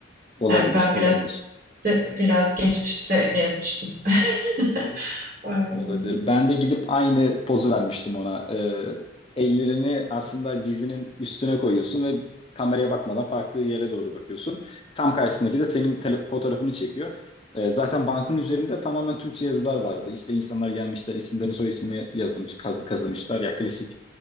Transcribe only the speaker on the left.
olabilir,
olabilir.
Olabilir. Ben de gidip aynı pozu vermiştim ona. Ee, ellerini aslında dizinin üstüne koyuyorsun ve kameraya bakmadan farklı yere doğru bakıyorsun. Tam karşısındaki de senin tele- fotoğrafını çekiyor. Ee, zaten bankın üzerinde tamamen Türkçe yazılar vardı. İşte insanlar gelmişler, isimlerini soy ismini yazılmış, kaz- kazımışlar. Ya klasik